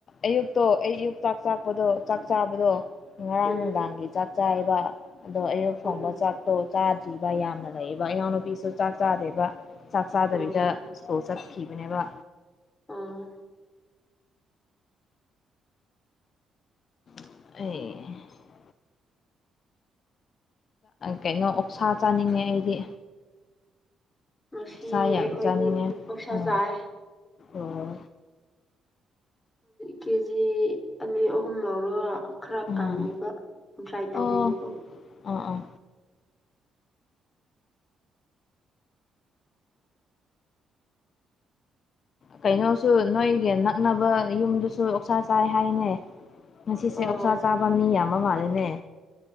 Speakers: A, on the left; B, on the left.
A: ꯑꯌꯨꯛꯇꯣ ꯑꯩ ꯑꯌꯨꯛ ꯆꯥꯛ ꯆꯥꯛꯄꯗꯣ ꯆꯥꯛ ꯆꯥꯕꯗꯣ ꯉꯔꯥꯡ
B: ꯎꯝ
A: ꯅꯨꯡꯗꯥꯡꯒꯤ ꯆꯥꯛ ꯆꯥꯏꯕ ꯑꯗꯣ ꯑꯌꯨꯛ ꯊꯣꯡꯕ
B: ꯑꯣ ꯑꯣ
A: ꯆꯥꯛꯇꯣ ꯆꯥꯗ꯭ꯔꯤꯕ ꯌꯥꯝꯅ ꯂꯩꯌꯦꯕ ꯏꯉꯎꯅꯨꯄꯤꯁꯨ ꯆꯥꯛ ꯆꯥꯗꯦꯕ ꯆꯥꯛ ꯆꯥꯗꯕꯤꯗ
B: ꯑꯣ
A: ꯁꯀꯣꯠ ꯆꯠꯈꯤꯕꯅꯦꯕ
B: ꯑꯣ
A: ꯑꯦ ꯀꯩꯅꯣ ꯑꯣꯛꯁꯥ ꯆꯥꯅꯤꯡꯉꯦ ꯑꯩꯗꯤ
B: ꯉꯁꯤ
A: ꯁꯥꯏ
B: ꯑꯩꯈꯣꯏꯗꯤ
A: ꯆꯅꯤꯡꯅꯦ
B: ꯑꯣꯛꯁꯥ
A: ꯑ
B: ꯆꯥꯏ
A: ꯑꯣ
B: ꯀꯦꯖꯤ ꯑꯅꯤ ꯑꯍꯨꯝ ꯂꯧꯔꯒ ꯈꯔ
A: ꯎꯝ
B: ꯀꯪꯕꯤꯕ ꯇ꯭ꯔꯥꯏ ꯇꯧꯕꯤꯕꯀꯣ
A: ꯑꯣ ꯑꯥ ꯑꯥ ꯀꯩꯅꯣꯁꯨ ꯅꯣꯏꯒꯤ ꯅꯛꯅꯕ ꯌꯨꯝꯗꯨꯁꯨ ꯑꯣꯛꯁꯥ ꯆꯥꯏ ꯍꯥꯏꯅ ꯉꯁꯤꯁꯦ
B: ꯑꯣ
A: ꯑꯣꯛꯆꯥꯥ ꯆꯥꯕ ꯃꯤ ꯌꯥꯝꯕ ꯃꯥꯂꯦꯅꯦ